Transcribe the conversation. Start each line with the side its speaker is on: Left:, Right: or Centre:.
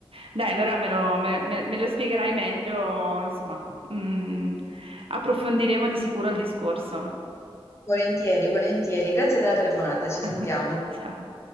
Right: Dai, allora me lo, me- me- me lo spiegherai meglio, insomma, Mm, approfondiremo di sicuro il discorso.
Left: Volentieri, volentieri. Grazie della telefonata, ci
Right: <laughs>
Left: sentiamo.
Right: Ciao.